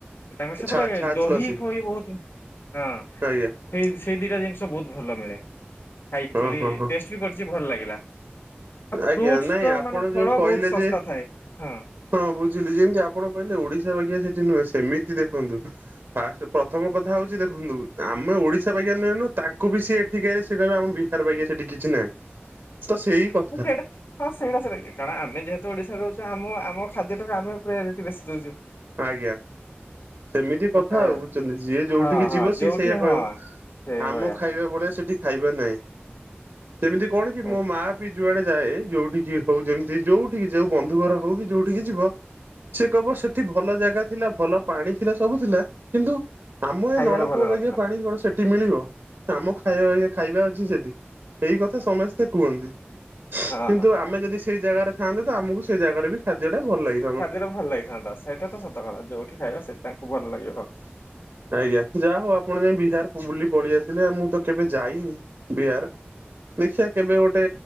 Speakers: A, on the left; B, on the right.
A: ତାଙ୍କର ସେପଟେ
B: ଛାଚ୍ ଛାଚ୍
A: ଦହି
B: ଲସି
A: ଫହି ବହୁତ ହଁ।
B: <unintelligible>
A: ହେଇ ସେଇ ଦିଟା ଜିନିଷ ବହୁତ ଭଲ ମିଳେ। ଖାଇଥିଲି
B: ହଁ ହଁ ହଁ
A: ଟେଷ୍ଟ ବି କରିଛି ଭଲ ଲାଗିଲା। ଆ
B: ଆଜ୍ଞା
A: ଫ୍ରୁଟ୍ସ
B: ନାଇଁ
A: ତ
B: ଆପଣ
A: ମାନେ ଫଳ
B: ଯୋଉ କହିଲେ
A: ବହୁତ ଶସ୍ତା
B: ଯେ
A: ଥାଏ ହଁ।
B: ହଁ ବୁଝିଲି। ଯେମିତି ଆପଣ କହିଲେ ଓଡିଶା ବାଗିଆ ସେଠି ନୁହେଁ ସେମିତି ଦେଖନ୍ତୁ ଫାଷ୍ଟ ପ୍ରଥମ କଥା ହଉଚି ଦେଖନ୍ତୁ ଆମେ ଓଡିଶା <unintelligible> ତାଙ୍କୁ ବି ସିଏ ଏଠିକି ଆଇଲେ ସେ କହିବେ ଆମ ବିହାର ବାଗିଆ ସେଠି କିଛି ନାହିଁ। ତ ସେଇ କ
A: ହଁ ସେଇଟା ହଁ ସେଇଟା ସେଇଟା କାରଣ ଆମେ ଯେହେତୁ ଓଡିଶାରେ ରହୁଚି ଆମ ଆମ ଖାଦ୍ୟ ଟା ଆମେ ପ୍ରେ <unintelligible> ବେଶୀ ଦଉଚୁ।
B: ଆଜ୍ଞା। ସେମିତି
A: ଗୋଟେ-
B: କଥା ହଉଛନ୍ତି ଯିଏ ଯୋଉଠିକି
A: ହଁ ହଁ
B: ଯିବ
A: ଯୋଉଠି
B: ସିଏ ସେଇଆ କହିବ।
A: ହଁ ସେଇଭଳିଆ
B: ଆମ ଖାଇବା ଭଳିଆ ସେଠି ଖାଇବା ନାହିଁ। ସେମିତି କଣ କି
A: ହଁ
B: ମୋ ମା ବିି ଯୁଆଡେ ଯାଏ, ଯୋଉଠିକି ହଉ ଯେମିତି ଯୋଉଠିକି ଯାଉ ବନ୍ଧୁ ଘର ହଉ କି ଯୋଉଠିକି ଯିବ ସିଏ କହିବ ସେଠି ଭଲ ଜାଗା ଥିଲା ଭଲ ପାଣି ଥିଲା ସବୁ ଥିଲା। କିନ୍ତୁ ଆମ ଏ
A: ଖାଇବାଟା
B: ନଳକୂଅ
A: ଭଲ
B: ବାଗିଆ
A: ନଥିଲା
B: ପାଣି କଣ ସେଠି ମିଳିବ। ଆମ ଖାଇବା ବାଗିଆ ଖାଇବା ଅଛି ସେଠି। ଏଇ କଥା ସମସ୍ତେ କୁହନ୍ତି।
A: ହଁ।
B: କିନ୍ତୁ ଆମେ ଯଦି ସେଇ ଜାଗାରେ ଥାନ୍ତେ ତ ଆମକୁ ସେଇ ଜାଗାର ବି ଖାଦ୍ୟ ଟା ଭଲ ଲାଗି
A: ଖାଦ୍ୟଟା ଭଲ ଲାଗିଥାନ୍ତା। ସେଇଟା ତ ସତ କଥା। ଯୋଉଠି ଖାଇବା ସେଠି ତାଙ୍କୁ ଭଲ ଲାଗିବ।
B: ଆଜ୍ଞା। ଯାହା ହଉ ଆପଣ ଯାଇ ବିହାର ବୁଲି ପଳେଇ ଆସିଲେ। ମୁଁ ତ କେବେ ଯାଇନି। ବିହାର, ଦେଖିବା କେବେ ଗୋଟେ